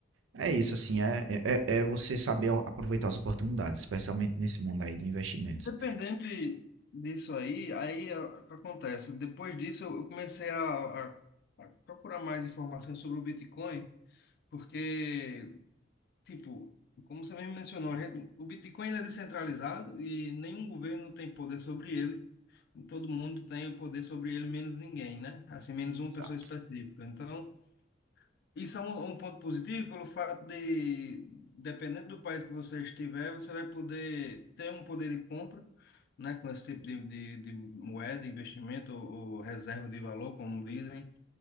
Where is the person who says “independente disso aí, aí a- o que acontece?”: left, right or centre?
Left